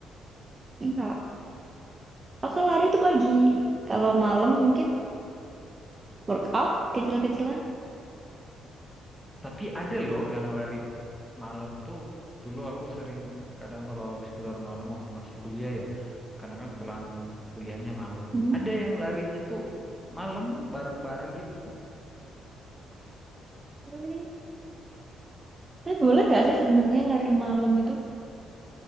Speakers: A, on the right (about 30°); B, in the centre.
A: enggak. Aku kalau lari itu pagi, kalau malam mungkin workout kecil-kecilan.
B: Tapi ada loh yang lari malam tuh. Dulu aku sering kadang kalau habis keluar malam waktu masih kuliah ya. Karena kan pulang kuliahnya malam.
A: Mhm.
B: Ada yang larinya tuh malam bareng-bareng gitu.
A: Tapi tapi boleh nggak sih sebenarnya lari malam itu?